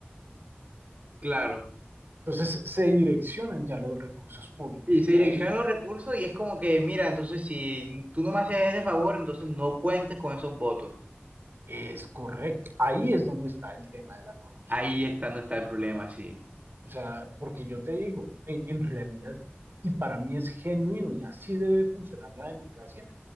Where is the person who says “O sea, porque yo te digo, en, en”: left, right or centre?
Right